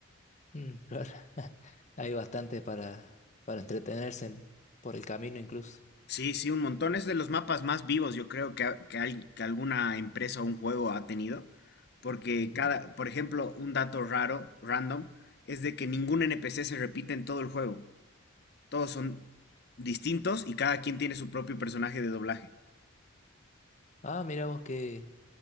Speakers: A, on the left (about 35°); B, on the left (about 50°).
A: Mm, claro, <laughs> hay bastante para, para entretenerse en- por el camino incluso.
B: Sí, sí, un montón. Es de los mapas más vivos, yo creo, que, ha- que, hay- que alguna empresa o un juego ha tenido. Porque
A: Ujú.
B: cada, por ejemplo, un dato raro, random, es de que ningún NPC se repite en todo el juego. Todos son distintos y cada quien tiene su propio personaje de doblaje.
A: Ah, mira vos qué,